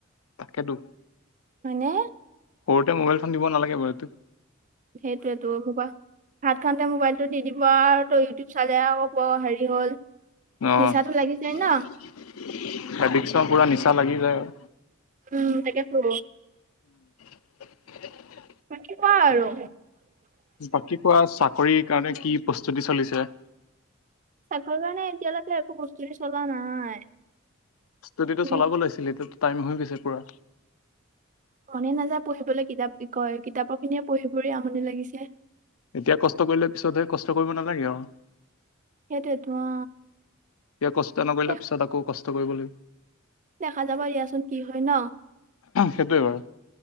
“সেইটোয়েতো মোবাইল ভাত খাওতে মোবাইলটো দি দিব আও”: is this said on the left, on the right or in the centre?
Right